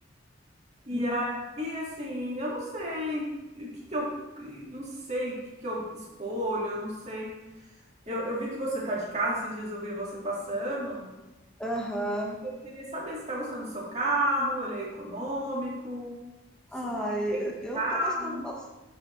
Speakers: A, on the right; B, in the centre.
A: E
B: Hum,
A: aí, assim, eu não sei o que que eu não sei o que que eu escolho, eu não sei. Eu, eu vi que você tá de carro, esses dias eu vi você passando.
B: Aham.
A: Eu queria saber se tá gostando do seu carro, ele é econômico, se
B: Ai,
A: você tem
B: eu
A: de
B: eu
A: carro.
B: tô gostando bas-